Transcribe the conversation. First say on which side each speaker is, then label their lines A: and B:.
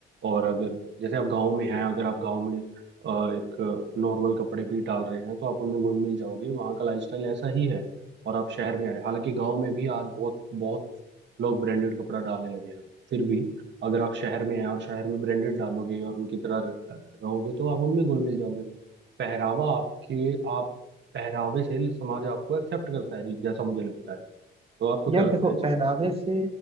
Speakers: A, on the right; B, on the right.
A: और अगर जैसे आप गांव में हैं अगर आप गांव में अ, एक नॉर्मल कपड़े भी डाल रहे हैं तो आप उनमें घुल मिल जाओगे वहाँ का लाइफस्टाइल ऐसा ही है और आप शहर में आ रहे हैं हालांकि गांव में भी आज बहुत बहुत लोग ब्रांडेड कपड़ा डालने लगे हैं फिर भी अगर आप शहर में हैं और शहर में ब्रांडेड डालोगे और उनकी तरह रहोगे तो आप उनमें घुल मिल जाओगे पहरावा आपके आप पहरावे से समाज आपको एक्सेप्ट करता है जी, जैसा मुझे लगता है तो आपको
B: यार
A: क्या लगता
B: देखो
A: है इसमें
B: पहनावे से